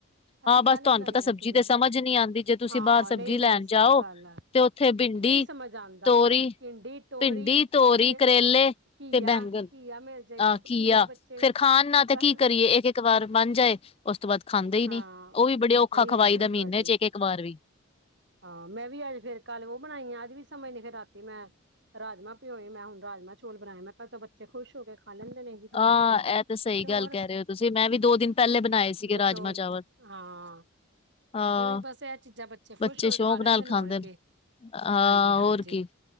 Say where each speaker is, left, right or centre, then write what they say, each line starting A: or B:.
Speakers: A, on the right (about 55°); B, on the left (about 25°).
A: ਅਸੀਂ
B: ਹਾਂ ਬਸ
A: ਕੱਲ
B: ਤੁਹਾਨੂੰ
A: ਬਣਾਈਆਂ
B: ਪਤਾ ਸਬਜ਼ੀ
A: ਸੀਗੀਆਂ
B: ਤੇ ਸਮਝ ਨੀ ਆਉਂਦੀ ਜੇ ਤੁਸੀਂ
A: ਹਾਂ
B: ਬਾਹਰ ਸਬਜ਼ੀ
A: ਨਹੀਂ ਨਹੀਂ
B: ਲੈਣ
A: ਸਹੀ
B: ਜਾਓ
A: ਗੱਲ ਹੈ
B: ਤੇ ਉੱਥੇ ਭਿੰਡੀ,
A: ਨਹੀਂ ਸਮਝ ਆਉਂਦਾ
B: ਤੋਰੀ,
A: ਭਿੰਡੀ ਤੋਰੀ
B: ਭਿੰਡੀ, ਤੋਰੀ,
A: ਫਿਰ
B: ਕਰੇਲੇ
A: ਘੀਆ
B: ਤੇ' ਬੈਂਗਣ
A: ਘੀਆ ਮਿਲ ਜਾਏਗਾ
B: ਆਹ ਕੀਆ
A: ਘੀਆ ਬੱਚੇ
B: ਫਿਰ ਖਾਣ ਨਾਲ ਤੇ
A: ਬਸ
B: ਕੀ ਕਰੀ ਇੱਕ-ਇੱਕ ਵਾਰ ਬਨ ਜਾਏ ਉਸ ਤੋਂ ਬਾਅਦ ਖਾਂਦੇ ਹੀ
A: ਹਾਂ
B: ਨੀ ਉਹ
A: ਸਹੀ
B: ਵੀ ਬੜੇ ਔਖਾ ਖਵਾਈ
A: ਗੱਲ
B: ਦਾ
A: ਹੈ
B: ਮਹੀਨੇ
A: ਤੁਹਾਡੀ
B: ਚ' ਇੱਕ- ਇੱਕ ਵਾਰ ਵੀ
A: ਹਾਂ ਮੈਂ ਵੀ ਅੱਜ ਫਿਰ ਕੱਲ ਉਹ ਬਣਾਈ ਆ ਅੱਜ ਵੀ ਸਮਝਦੇ ਫਿਰ ਰਾਤੀ ਮੈਂ ਰਾਜਮਾ ਪਿਓਏ ਮੈਂ ਹੁਣ ਰਾਜਮਾਂ ਚੌਲ ਬਣਾਏ ਮੈਂ ਘਰ ਤੋਂ ਬੱਚੇ ਖੁਸ਼ ਹੋ ਕੇ ਖਾ ਲੈਂਦੇ ਨੇ ਬਣਾ
B: ਹਾਂ
A: ਲੈਂਦੇ
B: ਇਹ ਤਾਂ ਸਹੀ ਗੱਲ
A: ਹੋਰ
B: ਕਹਿ ਰਹੇ ਹੋ ਤੁਸੀਂ ਮੈਂ ਵੀ ਦੋ ਦਿਨ ਪਹਿਲੇ ਬਣਾਏ ਸੀਗੇ ਰਾਜਮਾਂ
A: ਚੋਲ
B: ਚਾਵਲ
A: ਹਾਂ
B: ਹਾਂ
A: ਉਹੀ ਬਸ ਇਹ ਚੀਜ਼ਾਂ ਖੁਸ਼
B: ਬੱਚੇ
A: ਹੋ
B: ਸ਼ੌਕ
A: ਕੇ ਖਾ ਲੈਂਦੇ
B: ਨਾਲ ਖਾਂਦੇ
A: ਹੋਰ ਕੀ
B: ਨੇ ਹਾਂ
A: ਹਾਂਜੀ ਹਾਂਜੀ
B: ਹੋਰ ਕੀ